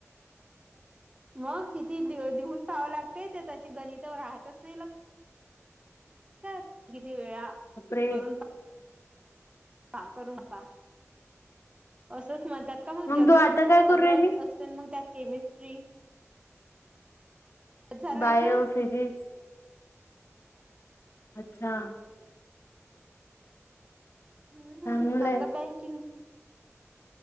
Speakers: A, on the right (about 20°); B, on the left (about 60°).
A: मग किती ल लिहून पाहावं लागते ते तशी गणित राहतच नाही लक्ष ता किती वेळा
B: बापरे
A: करून टा का करून पा अस, म्हणतात का मग जनरल
B: तू आता काय
A: सगळे
B: करू राहिली
A: असते मग त्यात केमिस्ट्री, झालाय
B: बायो
A: ना
B: फिजिक्स, अच्छा.
A: हम्म
B: चांगलंय
A: आता बँकिंग.